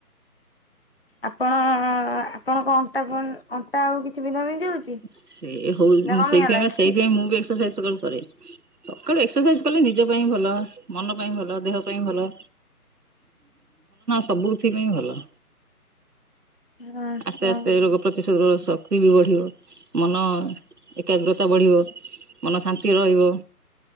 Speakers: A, on the left; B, on the right.
A: ଆପଣ ଆପଣଙ୍କ ଅଣ୍ଟା ଅଣ୍ଟା ଆଉ ବିନ୍ଧା ବିନ୍ଧି ହଉଛି?
B: ସେ ହଉ
A: ନା କମିଗଲାଣି?
B: ସେଥିପାଇଁ ସେଇଥିପାଇଁ ମୁଁ ବି ଏକ୍ରସାଇଜ। ସୁାଇଜ କଲେ ନିଜ ଭଲ ମ ପାଇଁ ଭ ଦେ ଭ ଭଲ ସବୁଥିପ ଭଲ।
A: ହଁ
B: ଆସ୍ତେ
A: ହଁ
B: ଆସ୍ତେ ରୋଗ ପ୍ରତିଶୋଧ ର ଶକ୍ତି ବି ବଢ଼ିବ ମନ ଏକାଗ୍ରତା ବଢ଼ିବ ମନ ଶାନ୍ତି ରହିବ